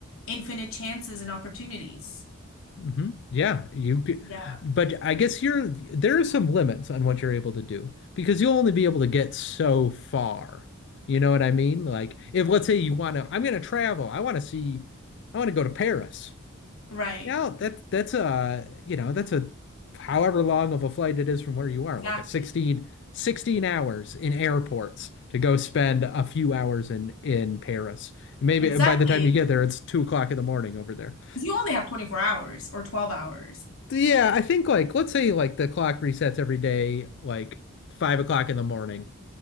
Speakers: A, on the left; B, on the left.
A: infinite chances and opportunities.
B: hmm Yeah, you could,
A: Yeah.
B: but I guess you're there are some limits on what you're able to do because you'll only be able to get so far. You know what I mean? Like if let's say you want to, I'm going to travel. I want to see, I want to go to Paris.
A: Right.
B: Now that that's a, you know, that's a however long of a flight it is from where you are,
A: Exactly.
B: like a sixteen, 16 hours in airports to go spend a few hours in in Paris. Maybe
A: Exactly.
B: by the time you get there, it's two o'clock in the morning over there.
A: 'Cause you only have 24 hours or 12 hours.
B: Yeah, I think like let's say like the clock resets every day, like five o'clock in the morning.